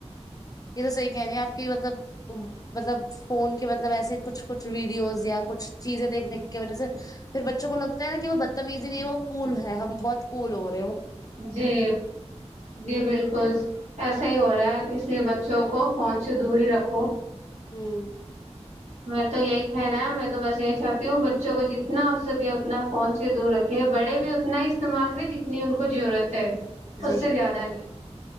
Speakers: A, on the left; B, on the right.
A: یہ تو صحیح کہنی ہیں آپ کی مطلب مطلب فون کے مطلب ایسے کچھ کچھ ویڈیوز یا کچھ چیزیں دیکھنے کی وجہ سے پھر بچوں کو لگتا ہے نا کہ وہ بدتمیزی نہیں وہ کول ہے ہم بہت کول ہو رہ
B: جی جی بالکل ایسا ہی ہو رہا ہے سے بچوں کو فونن سے دور رکھو
A: ہوں
B: م تو یہی کہنا ہے میں تو بس یہی چاہتی ہوں بچوں کو جتنا ہو سکے اتنا فون سے دور رکھے بڑے بھی اتنا ہی استعمال کرے جتنی ان کو ضرورت ہے
A: جی
B: اس سے زیادہ نہیں